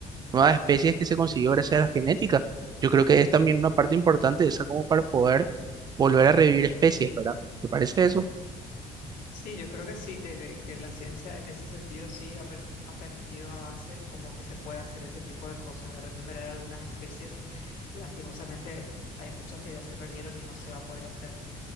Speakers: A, on the right; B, on the left.
A: nuevas especies que se consiguió gracias a la genética. Yo creo que es también una parte importante de esa como para poder volver a revivir especies, ¿verdad? ¿Te parece eso?
B: Sí, yo creo que sí, que, le- que la ciencia en ese sentido sí ha, per- ha permitido avances como que se puede hacer ese tipo de cosas, de recuperar algunas especies. Lastimosamente hay muchas que ya se perdieron y no se va a poder hacer